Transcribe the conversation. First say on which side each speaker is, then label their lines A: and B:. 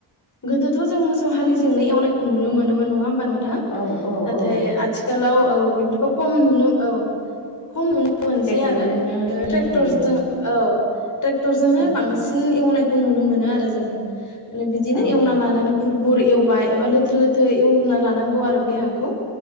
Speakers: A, on the left (about 40°); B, on the left (about 85°).
A: गोदोथ' जों मोसौ हालिजोंनो एवनायखौ नुनो मोनोमोन नङा होमबा नों थां
B: औ औ
A: नाथाय
B: औ
A: आथिखालाव औ बेफोरखौ खम नुनो औ खम नु नो मोनसेै
B: ट्रेक्टरजोंसो
A: आरो
B: एवनाय
A: ट्रेक्टरजों
B: जायो
A: औ। ट्रेक्टरजोंनो
B: औ
A: बांसिन एवनायखौ नुनो मोनो आरो जोङो माने बिदिनो
B: औ
A: एवना लानानै बुर बुर एवबाय एबा लोथो लोथोर एवना लानांगौ आरो बे हाखौ।